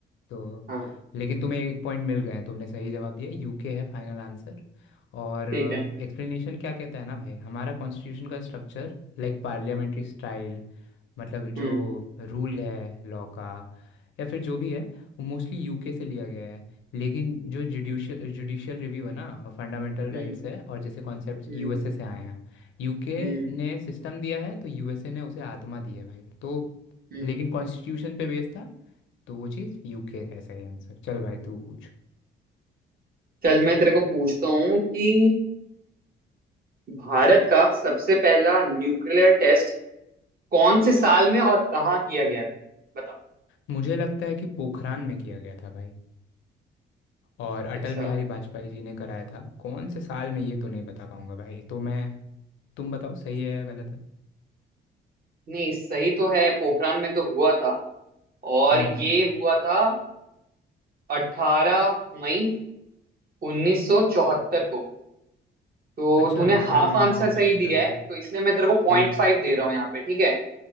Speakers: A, on the left; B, on the right.
A: तो
B: हाँ
A: लेकिन तुम्हें एक पॉइंट मिल गए हैं तुमने सही जवाब दिया यूके है फाइनल आंसर और
B: ठीक है
A: एक्सप्लेनेशन क्या कहता है ना भाई हमारा कॉन्स्टिट्यूशन का स्ट्रक्चर लाइक पार्लियामेंट्री स्टाइल मतलब
B: हम्म
A: जो रूल है लॉ का या फिर जो भी है वो मोस्टली यूके से लिया गया है लेकिन जो जुडिशियल जुडिशियल रिव्यू है ना और फंडामेंटल
B: हम्म
A: राइट्स है और जैसे कॉन्सेप्ट्स
B: हम्म
A: यूएसए से आए हैं यूके
B: हम्म
A: ने सिस्टम दिया है तो यूएसए ने उसे आत्मा दी है भाई तो
B: हम्म
A: लेकिन कॉन्स्टिट्यूशन पे बेस्ड था तो वो चीज़ यूके है सही आंसर चल भाई तू पूछ
B: चल मैं तेरे को पूछता हूँ कि भारत का सबसे पहला न्यूक्लियर टेस्ट कौन से साल में और कहाँ किया गया था बता
A: मुझे लगता है कि पोखरान में किया गया था भाई और अटल
B: अच्छा
A: बिहारी वाजपेयी जी ने कराया था कौन से साल में ये तो नहीं बता पाऊंगा भाई तो मैं तुम बताओ सही है या गलत है
B: नहीं सही तो है पोखरान में तो हुआ था और
A: हम्म
B: ये
A: हम्म।
B: हुआ था अठारह मई उन्नीस सौ चौहत्तर को तो
A: अच्छा
B: तूने
A: अठारह
B: हाफ
A: मई
B: आंसर
A: उन्नीस सौ
B: सही
A: चौहत्तर
B: दिया है
A: को
B: तो इसलिए मैं तेरे को पॉइंट
A: हम्म
B: फाइव दे रहा हूँ यहाँ पे ठीक है